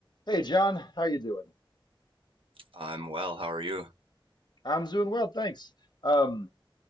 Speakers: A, on the left; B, on the right.
A: Hey John, how you doing?
B: I'm well. How are you?
A: I'm doing well, thanks. Um,